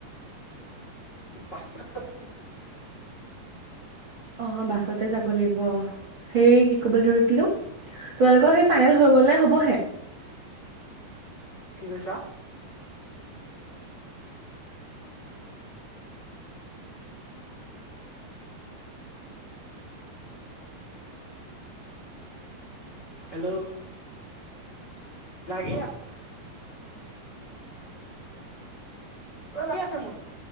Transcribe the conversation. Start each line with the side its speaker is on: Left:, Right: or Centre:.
Left: <unintelligible>
Right: অ', বাছতে যাব লাগিব। অ', হেই কি ক'বলৈ ধৰিছিলো? তোমালোকৰ সেই ফাইনেল হৈ গ'লে নে হ'বহে?
Left: কি কৈছা হেল্ল' লাগি লাগি আছে মোৰ তাত